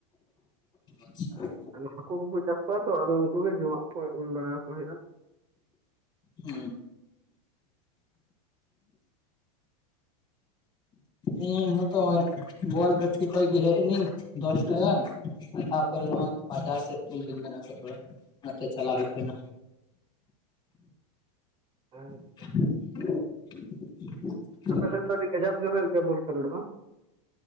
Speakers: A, on the left (about 20°); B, on the right (about 25°).
A: ᱟᱪᱪᱷᱟ
B: ᱟᱫᱚ ᱦᱟᱠᱩ ᱠᱚᱠᱚ ᱪᱟᱥ ᱠᱚᱣᱟ ᱛᱚ, ᱟᱫᱚ ᱩᱝᱠᱩ ᱜᱮ ᱡᱚᱢᱟᱜ ᱠᱚ ᱮᱢ ᱵᱟᱲᱟ ᱟᱠᱚ ᱦᱩᱭᱩᱜᱼᱟ᱾
A: ᱦᱩᱸ ᱤᱧ ᱦᱚᱸᱛᱚ ᱵᱚᱞ ᱜᱟᱹᱛᱤ ᱠᱷᱚᱱ ᱜᱮ ᱦᱮᱡ ᱮᱱᱟᱹᱧ ᱫᱚᱥᱴᱟ ᱜᱟᱱ᱾ ᱛᱟᱯᱚᱨᱮ ᱱᱚᱜ-ᱚᱭ ᱛᱚ ᱵᱟᱡᱟᱨ ᱥᱮᱫ᱾ <unintelligible> ᱛᱷᱚᱲᱟ ᱚᱱᱟᱛᱮ ᱪᱟᱞᱟᱣ ᱦᱩᱭᱩᱜ ᱠᱟᱱᱟ᱾
B: ᱟᱨ
A: <unintelligible>
B: ᱟᱯᱮ ᱥᱮᱫ ᱫᱚ ᱟᱹᱰᱤ ᱠᱟᱡᱟᱠ ᱜᱮ ᱦᱩᱭᱩᱜ ᱜᱮᱭᱟ ᱵᱚᱞ ᱠᱷᱮᱞᱳᱰ ᱵᱟᱝ?